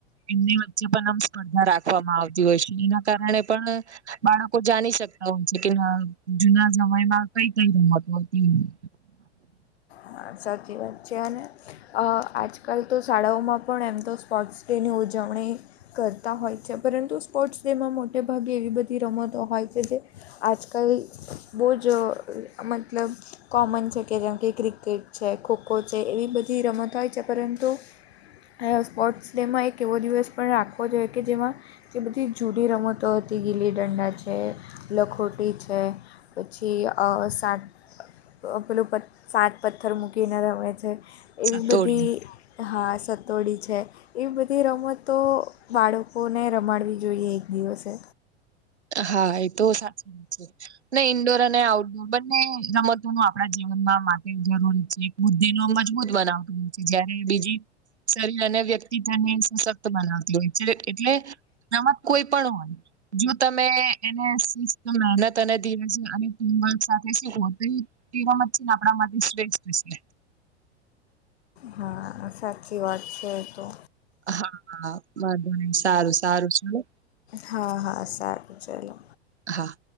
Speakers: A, on the right; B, on the left.
A: એને વચ્ચે પણ આમ સ્પર્ધા રાખવામાં આવતી હોય છે એના કારણે પણ બાળકો જાણી શકતા હોય છે કે ના જુના સમયમાં કઈ કઈ રમતો હતી.
B: હા સાચી વાત છે અને અહ આજ કાલ તો શાળાઓમાં પણ એમ તો સ્પોર્ટ્સ ડેની ઉજવણી કરતા હોય છે, પરંતુ સ્પોર્ટ્સ ડેમાં મોટેભાગે એવી બધી રમતો હોય છે કે જે આજકાલ બહુ જ અહ મતલબ કોમન છે કે જેમ કે ક્રિકે ક્કેટ છે, ખો-ખો છે, એવી બધી રમતો હોય છે, પરંતુ અહ સ્પોર્ટ્સ ડેમાં એક એવો દિવસ પણ રાખવો જોઈએ, જેમાં એ બધી જૂની રમતો હતી, ગીલી-દંડા છે, લખોટી છે પછી અહ સાત પેલું પ સાત પથ્થર મૂકીને રમે છે
A: સતોડી
B: એવી બધી, હા, સતોડિયું છે. એ બધી રમતો બાળકોને રમાડવી જોઈએ એક દિવસે.
A: હા એ તો સાચી વાત ને. ઇન્ડોર અને આઉટડોર બંને રમત તો આપડા જીવનમાં બંને જરૂરી છે. ઇન્ડોર રમતો બુદ્ધિને મજબૂત બનાવતી હોય છે, જ્યારે બીજી શરીર અને વ્યક્તિત્વને સશક્ત બનાવતી હોય છે, એટલે રમત કોઈ પણ હોય, જો તમે એને શિસ્ત અને નિયમિતતા સાથે શિસ્ત સાથે તો રમત આપણા માટે શ્રેષ્ઠ છે.
B: હા, સાચી વાત છે તો.
A: હા, વાહ! સારું, સારું, ચલો.
B: હા, હા, સારું. ચલો.
A: હા.